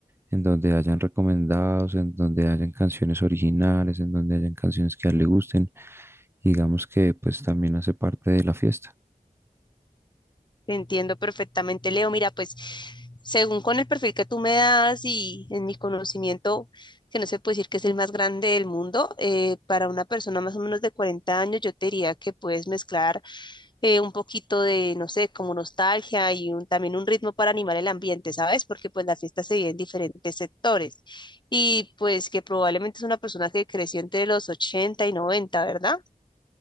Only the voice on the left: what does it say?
Te Entiendo perfectamente, Leo. Mira, pues según con el perfil que tú me das y en mi conocimiento, que no se puede decir que es el más grande del mundo, eh, para una persona más o menos de 40 años, yo te diría que puedes mezclar. eh, un poquito de, no sé, como nostalgia y un, también un ritmo para animar el ambiente, ¿sabes? Porque pues las fiestas se viven en diferentes sectores y pues que probablemente es una persona que creció entre los 80 y noventa ¿verdad?